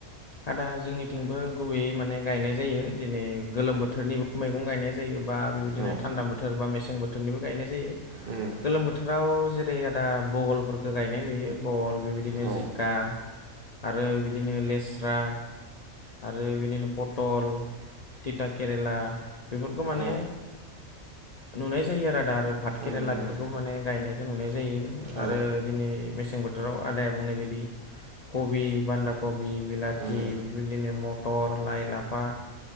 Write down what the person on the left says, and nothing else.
आदा जोंनिथिंबो गुबैयै माने गायनाय जायो दिनै गोलोम बोथोरनिबो मैगं गायनाय जायो बा बेबायदिनो
थान्दां बोथोर बा मेसें बोथोरनिबो गायनाय जायो
गोलोम बोथोराव जेरै आदा बहलफोरखौ गायनाय नुयो बहल बेबायदि बिदिनो
जिखा आरो बिदिनो लेस स्रा आरो बिदिनो पटल तिता केरेला बेफोरखौ माने
नुनाय जायो आरो आदा आरो भात केरेला
बेफोर बेखौ माने गायनायखौ नुनाय जायो
आरो दिनै मेसें बोथोराव आदाया बुंनाय बायदि कबि, बान्दा कबि, बिलाथि
बेबायदिनो मटर लाइ लाफा